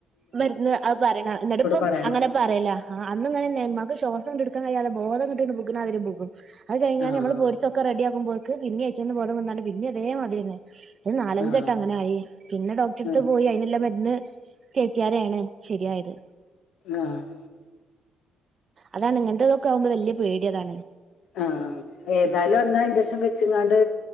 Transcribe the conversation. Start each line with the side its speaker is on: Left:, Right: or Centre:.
Right: മര്ന്ന് അത് പറയണം എന്നിട്ട്പ്പം
Left: പറയണം
Right: അങ്ങനെപറയല ആ അന്നുങ്ങനെന്നെ ഇമ്മാക്ക് ശ്വാസം ങ്ങട്ട് ഇട്ക്കാൻ കയ്യാതെ ബോധം കെട്ട്ങ്ങട്ട് ബ്ഗ്ണാതിരി ബുഗും അത് കഴിഞ്ഞാണ്ട്
Left: ആഹ്
Right: നമ്മള് പേട്ച്ചൊക്കെ റെഡിയാകുമ്പ പിന്നെ അയ്ച്ചന്ന് ബോധം വന്നാണ്ട് പിന്നിം അതേ മാതിരിന്നെ ഇത് നാലഞ്ചെട്ട
Left: ആഹ്
Right: അങ്ങനെ ആായി പിന്നെ ഡോക്ടറെടുത്ത്
Left: ആഹ്
Right: പോയി അയിന്െല്ലാം മരുന്ന് കേറ്റിയാരേണ് ശരിയായത്
Left: ആഹ
Right: അതാണ് ഇങ്ങൻത്തതൊക്കെ ആകുമ്പോ വല്യയ പേടി അതാണ്
Left: ആഹ ഏതായാലും അന്നാ ഇഞ്ചക്ഷൻ വെച്ചങ്ങാണ്ട്